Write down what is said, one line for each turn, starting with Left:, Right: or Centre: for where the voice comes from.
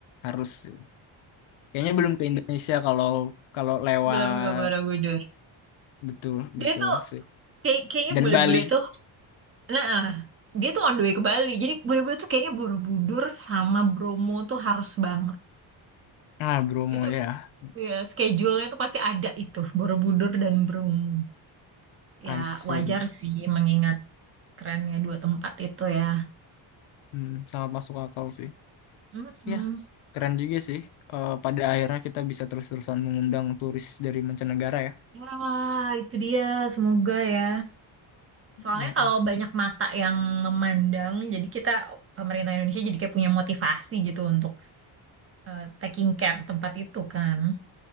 Left: harus sih. Kayaknya belum ke Indonesia kalau kalau lewat
Right: belum ke Borobudur
Left: betul, betul
Right: dia tuh
Left: sih.
Right: kayak kayaknya
Left: Dan
Right: bule-bule
Left: Bali.
Right: tuh Nah, dia tuh on the way ke Bali. Jadi bener-bener tuh kayaknya Borobudur sama Bromo tuh harus banget.
Left: Ah, Bromo
Right: Itu
Left: ya.
Right: ya schedule-nya tuh pasti ada itu, Borobudur dan Bromo.
Left: I
Right: Ya
Left: see
Right: wajar
Left: sih.
Right: sih mengingat trennya dua tempat itu ya.
Left: Hmm, sangat masuk akal sih.
Right: mm
Left: Ya, keren juga sih. Eh, pada akhirnya kita bisa terus-terusan mengundang turis dari mancanegara ya.
Right: Wah, itu dia. Semoga ya. Soalnya
Left: Mm,
Right: kalau banyak mata yang memandang, jadi kita pemerintah Indonesia jadi kayak punya motivasi gitu untuk eh, taking care tempat itu kan.